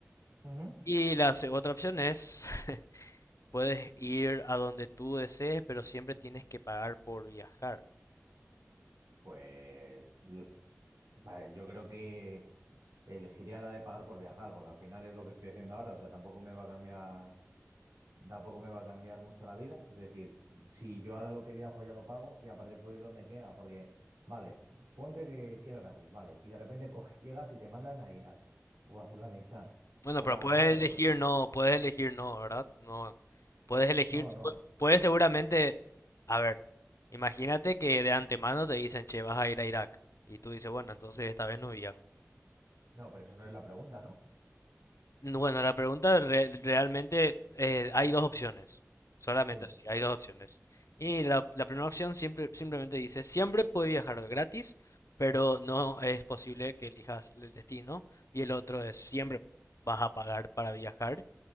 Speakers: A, on the right; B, on the left.
A: Ujú.
B: Y la se- otra opción es, <laughs> puedes ir a donde tú desees, pero siempre tienes que pagar por viajar.
A: Pues l- va, yo creo que... elegiría la de pagar por viajar, porque al final es lo que estoy haciendo ahora, o sea, tampoco me va a cambiar, tampoco me va a cambiar mucho la vida, es decir, si yo ahora lo que viajo ya lo pago y aparte puedo ir donde quiera, porque, vale, ponte que, que es gratis, vale, y de repente coges, llegas y te mandan a Irak o a Afganistán
B: Bueno,
A: o
B: pero
A: a,
B: puedes
A: ¿sabes?
B: elegir no, puedes elegir no, ¿verdad? No, puedes elegir,
A: No, no,
B: pu- puedes seguramente, a ver, imagínate que de antemano te dicen, che, vas a ir a Irak. Y tú dices, bueno, entonces esta vez no viajo.
A: no, pero eso no es la pregunta, ¿no?
B: Bueno, la pregunta re- realmente eh, hay dos opciones, solamente
A: Sí.
B: así, hay dos opciones. Y la, la primera opción siempre, simplemente dice, siempre puedes viajar gratis, pero no es posible que elijas el destino. Y el otro es, siempre vas a pagar para viajar,